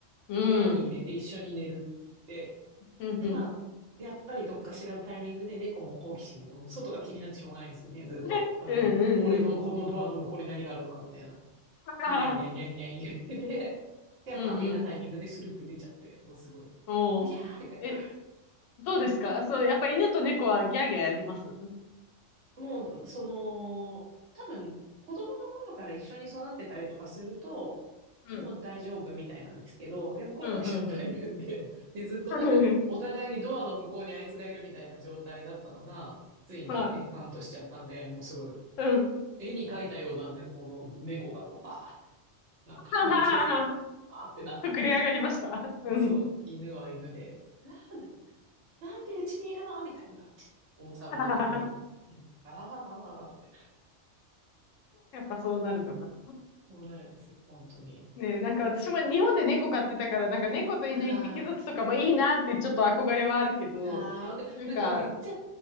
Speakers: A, on the left; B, on the right.
A: うん。
B: 部屋に入れて一緒に寝るって言って、
A: うんうん。
B: でまあ、やっぱりどっかしらのタイミングで猫も好奇心で、もう外が気になってしょうがないんですよね、ずっと。
A: <laughs>
B: あの、
A: うんうんうん。
B: 俺のこのドアの向こうに何があるのかみたいな。
A: <laughs> ははは
B: にゃんにゃんにゃんにゃん言ってて、で、やっぱ開けたタイミングでスルって出ちゃって、
A: うんうん。
B: もうすごい、
A: おう。
B: うぎゃーみたいな。
A: え、どうですかそう、やっぱ犬と猫はギャーギャーやりますうん。
B: もう、その、多分、子供の頃から一緒に育ってたりとかすると、
A: うん
B: もう大丈夫みたいなんですけど、やっぱ今回初対面で、
A: うんうん。
B: で、ずっとなんか、
A: <laughs>
B: お互いにドアの向こうにあいつがいるみたいな状態だったのが、ついにエンカウントしちゃったんで、
A: はい。
B: もうすごい、
A: うん。
B: 絵に描いたようなね、この猫がこう、バーって、なんか、
A: <laughs> はははは
B: なんていうんですか、あーってなってて、
A: <laughs> 膨れ上がりました。うん。
B: そう、犬は犬で、なんだろう、なんでうちにいるのみたいな、大騒ぎになり、
A: <laughs>
B: うんあーあー、って
A: やっぱそうなるのか。
B: こうなるんですよ、本当に。
A: ねえ、なんか私も日本で猫飼ってたから、なんか猫と犬一匹ずつとかもいいなってちょっと憧れはあるけど、
B: ああ、ああ、わかなんかめっちゃ
A: なんか、